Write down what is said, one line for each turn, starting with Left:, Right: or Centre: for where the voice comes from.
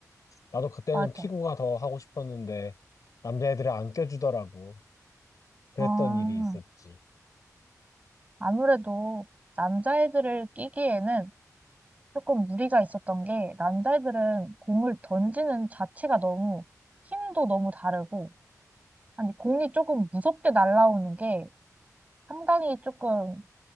Left: 나도 그때는
Right: 맞아.
Left: 피구가 더 하고 싶었는데 남자애들을 안 껴주더라고. 그랬던
Right: 아,
Left: 일이 있었지.
Right: 아무래도 남자애들을 끼기에는 조금 무리가 있었던 게 남자애들은 공을 던지는 자체가 너무 힘도 너무 다르고 아니 공이 조금 무섭게 날아오는 게 상당히 조금